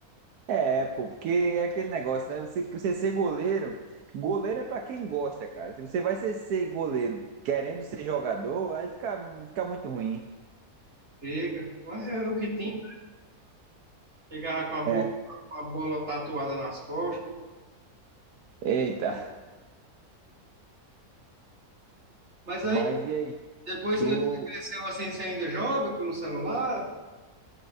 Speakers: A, on the right; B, on the right.
A: É, pô, porque é aquele negócio, né? Você, você ser goleiro, goleiro é pra quem gosta, cara. Se você vai ser, ser goleiro querendo ser jogador, aí fica, fica muito ruim.
B: Chega. Mas é o que tinha. Chegava com a boca,
A: É.
B: com a bola tatuada nas costas.
A: Eita,
B: Mas
A: mas
B: aí,
A: e aí?
B: depois
A: Tu.
B: que você cresceu assim, você ainda joga pelo celular?